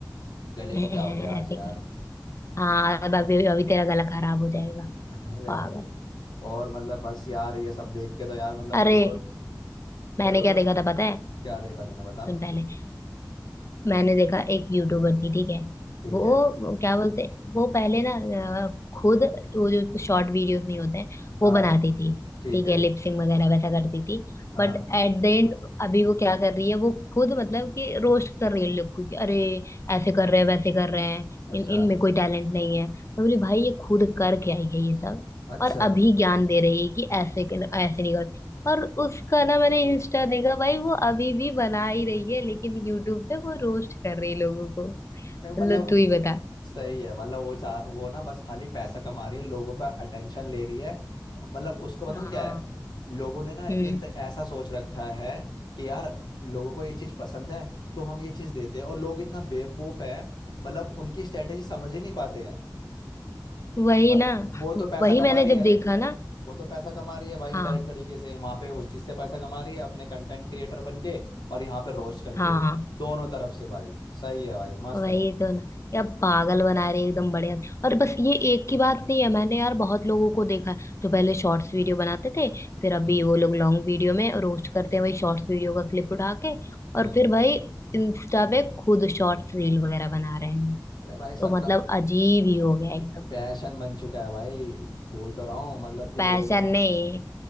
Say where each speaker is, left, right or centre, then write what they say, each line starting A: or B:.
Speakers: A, on the left; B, on the left.
A: गले
B: <laughs>
A: को क्या हो गया आज यार
B: ऐसे कर हाँ अब अभी अभी तेरा गला खराब हो जाएगा
A: <laughs> रहने
B: पागल
A: दो और मतलब बस यार ये सब देख के तो यार मतलब
B: अरे
A: मेरे को
B: मैंने
A: मेरे को
B: क्या
A: तो
B: देखा था पता है
A: क्या देखा तूने बता
B: सुन पहले मैंने देखा एक यूट्यूबर थी ठीक है
A: ठीक
B: वो
A: है
B: क्या बोलते हैं, वो पहले ना अ, खुद वो जो शॉर्ट वीडियोस नहीं होते हैं वो
A: हाँ
B: बनाती थी
A: ठीक
B: ठीक
A: है
B: है लिपसिंग वगैरह वैसा करती थी
A: हाँ
B: बट एट द एंड अभी वो क्या कर रही है वो खुद मतलब कि रोस्ट कर रही है लोग को कि अरे ऐसे कर रहे हैं वैसे कर रहे हैं
A: अच्छा
B: इन इनमें कोई टैलेंट नहीं है मैं बोली भाई ये खुद करके आई है ये सब
A: अच्छा
B: और अभी ज्ञान दे रही है कि ऐसे ऐसे नहीं और उसका ना मैंने इंस्टा देखा भाई वो अभी भी बना ही रही है लेकिन यूट्यूब पे वो रोस्ट कर रही है लोगों को
A: अरे
B: मतलब
A: मतलब
B: तू ही बता
A: सही है मतलब वो चाह वो ना बस खाली पैसा कमा रही है लोगों का अटेंशन ले रही है मतलब उसको बताऊं
B: <laughs> हाँ
A: क्या है लोगों ने ना एक
B: हम्म
A: त- ऐसा सोच रखा है कि यार लोगों को ये चीज पसंद है तो हम ये चीज देते हैं और लोग इतना बेवकूफ है मतलब उनकी स्ट्रेटेजी समझ ही नहीं पाते हैं
B: वही
A: भाई
B: ना
A: वो तो पैसा
B: वही
A: कमा
B: मैंने
A: रही
B: जब
A: है
B: देखा ना
A: वो तो पैसा कमा रही है भाई
B: हाँ
A: इनडायरेक्ट तरीके से वहां पे उस चीज से पैसा कमा रही है अपने कंटेंट क्रिएटर बन के और यहाँ पे रोस्ट करके
B: हाँ
A: दोनों तरफ से भाई सही है भाई मस्त
B: वही
A: है
B: तो ना यार पागल बना रही है एकदम बढ़िया और बस ये एक की बात नहीं है मैंने यार बहुत लोगों को देखा है जो पहले शॉर्ट्स वीडियो बनाते थे फिर अभी
A: हम्म
B: वो लोग लॉन्ग वीडियो में रोस्ट करते हैं वही शॉर्ट्स वीडियो का क्लिप उठा के
A: हम्म
B: और फिर भाई इंस्टा पे खुद शॉर्ट्स रील वगैरह बना रहे हैं
A: अरे भाई
B: तो
A: सबका
B: मतलब अजीब ही हो गया एकदम
A: फैशन बन चुका है भाई बोल तो रहा हूँ मतलब कि
B: पैशन
A: लोगों को
B: नहीं